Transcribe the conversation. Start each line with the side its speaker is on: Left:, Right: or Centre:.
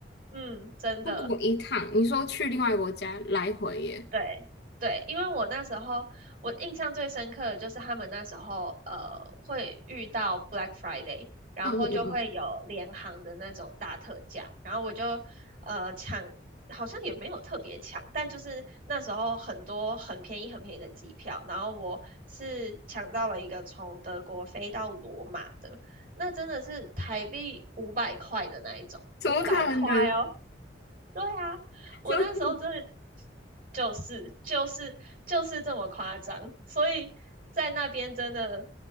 Right: 嗯，真的，
Left: 出国一趟，你说去另外一个国家来回耶？
Right: 对对，因为我那时候我印象最深刻的就是他们那时候呃会遇到 Black Friday，然后就会有联行的那种大特价，
Left: 嗯嗯嗯
Right: 然后我就呃抢，好像也没有特别抢，但就是那时候很多很便宜很便宜的机票，然后我是抢到了一个从德国飞到罗马的，那真的是台币五百块的那一种，
Left: 怎么可能？
Right: 五百块哦。对啊，我那时候真的
Left: 怎么可
Right: 就是就是就是这么夸张，所以在那边真的